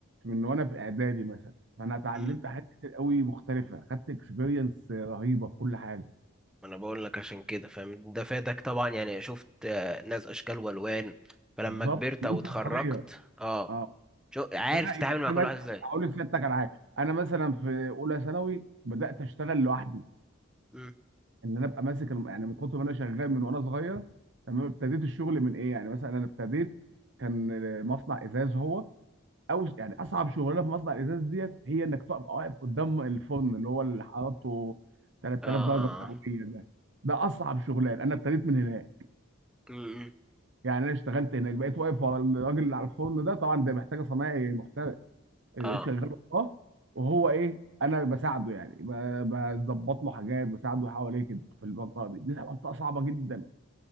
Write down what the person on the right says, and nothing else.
من وانا في اعدادي مثلا فانا اتعلمت
حاجات كتير قوي مختلفه خدت اكسبيرينس رهيبه في كل حاجه
بالظبط
وانت
صغير
اه
بقى يعني
انا
مثلا
هقول لك على حاجه انا مثلا في اولى ثانوي بدات اشتغل لوحدي
ان انا ابقى ماسك الم... يعني من كتر ما انا شغال من وانا صغير تمام ابتديت الشغل من ايه يعني مثلا انا ابتديت كان مصنع ازاز هو او يعني اصعب شغلانه في مصنع الازاز ديت هي انك تبقى واقف قدام الفرن اللي هو اللي حرارته 3000
درجه مئويه ده ده اصعب شغلان انا ابتديت من هناك
يعني انا اشتغلت هناك بقيت واقف ورا الراجل اللي على الفرن ده طبعا ده محتاج صنايعي محترف لقيت
شغال اه وهو ايه انا بساعده يعني ب- بظبط له حاجات بساعده حواليه كده في المنطقه دي دي منطقه صعبه جدا